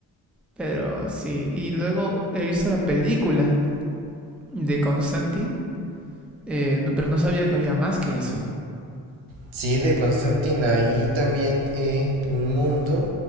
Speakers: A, in the centre; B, on the right (about 80°).
A: Pero sí, y luego he visto la película de Constantine, eh, no- pero no sabía que había más que eso.
B: Sí, de Constantine ahí también eh, un mundo